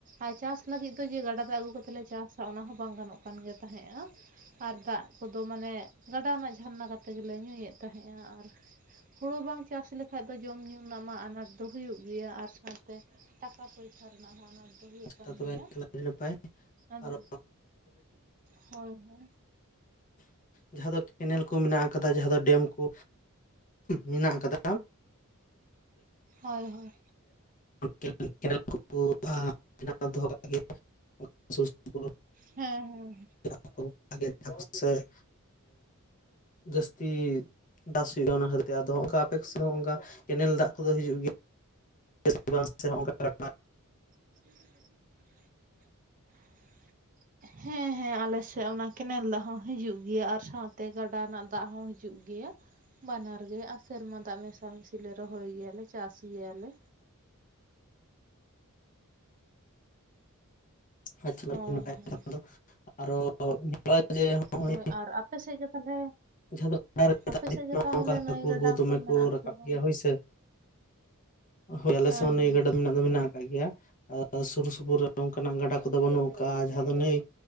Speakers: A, on the right; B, on the left.
A: ᱟᱨ ᱪᱟᱥ ᱞᱟᱹᱜᱤᱫ ᱫᱚ ᱡᱮ ᱜᱟᱰᱟᱛᱮ ᱟᱹᱜᱩ ᱞᱮ ᱪᱟᱥᱟ ᱚᱱᱟ ᱦᱚᱸ ᱵᱟᱝ ᱜᱟᱱᱚᱜ ᱠᱟᱱ ᱜᱮ ᱛᱟᱦᱮᱸᱫᱼᱟ᱾ ᱟᱨ ᱫᱟᱜ ᱠᱚᱫᱚ ᱢᱟᱱᱮ ᱜᱟᱰᱟ ᱨᱮᱱᱟᱜ ᱡᱷᱟᱨᱱᱟ ᱠᱟᱛᱮ ᱜᱮᱞᱮ ᱧᱩᱭᱮᱜ ᱛᱟᱦᱮᱸᱜᱼᱟ ᱟᱨ ᱦᱳᱲᱳ ᱵᱟᱝ ᱪᱟᱥ ᱞᱮᱠᱷᱟᱡ ᱫᱚ ᱡᱚᱢᱼᱧᱩ ᱨᱮᱱᱟᱜ ᱢᱟ ᱟᱱᱟᱴ ᱫᱚ ᱦᱩᱭᱩᱜ ᱜᱮᱭᱟ ᱟᱨ ᱥᱟᱶᱛᱮ ᱴᱟᱠᱟ ᱯᱚᱭᱥᱟ ᱨᱮᱱᱟᱜ ᱦᱚᱸ ᱟᱱᱟᱴ ᱫᱚ ᱦᱳᱭᱤᱜ ᱠᱟᱱ
B: ᱟᱹᱰᱤ
A: ᱜᱮᱭᱟ
B: ᱱᱟᱯᱟᱭ
A: ᱟᱫᱚ
B: ᱟᱨ
A: ᱦᱳᱭ ᱦᱳᱭ᱾
B: ᱡᱟᱦᱟᱸ ᱫᱚ ᱠᱮᱱᱮᱞ ᱠᱚ ᱢᱮᱱᱟᱜ ᱟᱠᱟᱫᱟ ᱡᱟᱦᱟᱸ ᱫᱚ ᱰᱮᱢ ᱠᱚ ᱢᱮᱱᱟᱜ ᱟᱠᱟᱫᱟ᱾
A: ᱦᱳᱭ ᱦᱳᱭ
B: ᱠᱮᱱ <inaudible> ᱵᱮᱱᱟᱣ ᱫᱚᱦᱚ ᱠᱟᱜ ᱜᱮᱭᱟ ᱥᱩᱨ ᱥᱩᱯᱩᱨ
A: ᱦᱮᱸ ᱦᱮᱸ
B: <inaudible> <unintelligible> ᱥᱮ ᱡᱟᱹᱥᱛᱤ ᱪᱟᱥ ᱦᱩᱭᱩᱜᱼᱟ ᱚᱱᱟ ᱠᱷᱟᱹᱛᱤᱨ ᱟᱫᱚ ᱱᱚᱝᱠᱟ ᱟᱯᱮ ᱠᱚ ᱥᱮᱫ ᱦᱚᱸ ᱠᱮᱱᱮᱞ ᱫᱟᱜ ᱠᱚᱫᱚ ᱦᱤᱡᱩᱜ ᱜᱮᱭᱟ᱾ <unintelligible>
A: <inaudible> ᱦᱮᱸ ᱦᱮᱸ ᱟᱞᱮᱥᱮᱜ ᱚᱱᱟ ᱠᱮᱱᱮᱞ ᱫᱟᱜ ᱦᱚᱸ ᱦᱟᱹᱡᱩᱜ ᱜᱮᱭᱟ ᱟᱨ ᱥᱟᱶᱛᱮ ᱜᱟᱰᱟ ᱨᱮᱱᱟᱜ ᱫᱟᱜ ᱦᱚᱸ ᱦᱟᱹ ᱦᱤᱡᱩᱜ ᱜᱮᱭᱟ ᱵᱟᱱᱟᱨ ᱜᱮ ᱟᱨ ᱥᱮᱨᱢᱟ ᱫᱟᱜ ᱢᱮᱥᱟᱢᱤᱥᱤᱞᱮ ᱨᱚᱦᱚᱭ ᱜᱮᱭᱟᱞᱮ ᱪᱟᱥ ᱜᱮᱭᱟᱞᱮ᱾
B: ᱟᱪᱪᱷᱟ
A: ᱦᱳᱭ
B: ᱟᱹᱰᱤ ᱱᱟᱯᱟᱭ
A: ᱦᱳᱭ
B: ᱠᱟᱛᱷᱟ ᱫᱚ ᱟᱨᱚ <unintelligible> ᱡᱮ ᱱᱚᱜᱼᱚᱭ
A: ᱦᱳᱭ ᱟᱨ ᱟᱯᱮ ᱥᱮᱜ ᱜᱮ ᱛᱟᱦᱚᱞᱮ
B: ᱡᱟᱦᱟᱸ
A: ᱟᱯᱮ ᱥᱮᱫ ᱜᱮ
B: ᱫᱚ
A: ᱛᱟᱦᱚᱞᱮ
B: ᱱᱚᱝᱠᱟ
A: ᱱᱟᱹᱭ
B: ᱦᱟᱹᱠᱩ
A: ᱜᱟᱰᱟ
B: ᱫᱚᱢᱮ
A: ᱠᱚ ᱢᱮᱱᱟᱜ ᱟᱥᱮ
B: ᱨᱟᱠᱟᱵ
A: ᱵᱟᱝ?
B: ᱜᱮᱭᱟ ᱦᱳᱭ ᱥᱮ ᱦᱳᱭ ᱟᱞᱮ
A: ᱦᱮᱸ
B: ᱥᱮᱜ ᱦᱚᱸ
A: ᱦᱮᱸ
B: ᱱᱟᱹᱭ ᱜᱟᱰᱟ ᱢᱮᱱᱟᱜ ᱫᱚ ᱢᱮᱱᱟᱜ ᱠᱟᱜ ᱜᱮᱭᱟ ᱟᱨ ᱥᱩᱨ ᱥᱩᱯᱩᱨ ᱚᱱᱠᱟᱱᱟᱜ ᱜᱟᱰᱟ ᱠᱚ ᱠᱚᱫᱚ ᱵᱟᱹᱱᱩᱜ ᱠᱟᱜᱼᱟ ᱡᱟᱦᱟᱸ ᱫᱚ ᱱᱟᱹᱭ